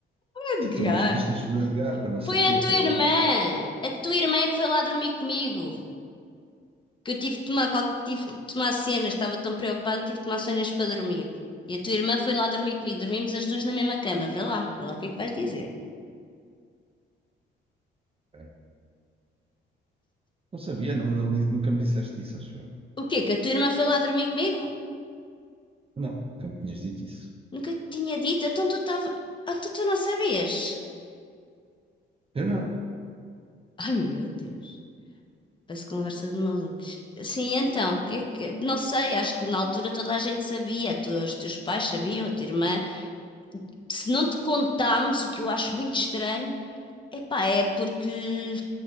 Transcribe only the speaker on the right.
Sim, tu uma vez pediste-nos o Edgar para não sei
o quê,
para ir
lá, não foi?
Foi. Não sabia, não, não- nunca me disseste isso, acho eu.
Não, nunca me tinhas dito isso.
Eu não.